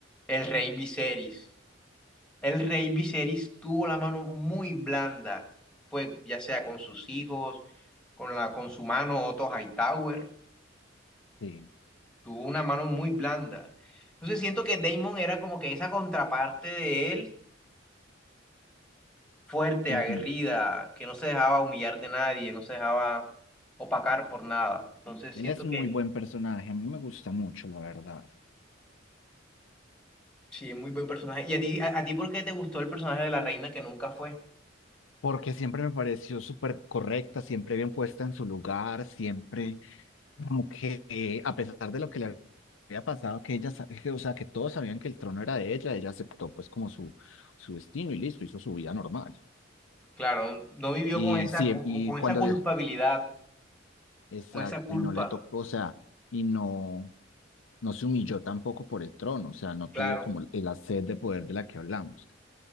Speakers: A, in the centre; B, on the left.
A: el rey Viserys? El rey Viserys tuvo la mano muy blanda, pues ya sea con sus hijos, con la, con su mano Otto Hightower,
B: sí.
A: tuvo una mano muy blanda. Entonces siento que Daemon era como que esa contraparte de él, fuerte,
B: ujú.
A: aguerrida, que no se dejaba humillar de nadie, no se dejaba opacar por nada. Entonces
B: Él
A: siento
B: es
A: que
B: muy buen personaje, a mí me gusta mucho, la verdad.
A: Sí, es muy buen personaje. ¿Y a ti, a, a ti por qué te gustó el personaje de la reina que nunca fue?
B: Porque siempre me pareció súper correcta, siempre bien puesta en su lugar, siempre como que eh, a pesar de lo que le había pasado, que ella, sa- que, o sea, que todos sabían que el trono era de ella, ella aceptó pues como su, su destino y listo, hizo su vida normal.
A: Claro, no vivió
B: Y
A: con esa,
B: sí,
A: con,
B: y
A: con-
B: cuando
A: esa culpabilidad,
B: le, exacto,
A: con esa culpa,
B: y no le tocó, o sea, y no. no se humilló tampoco por el trono, o sea, no
A: claro.
B: tuvo como la sed de poder de la que hablamos.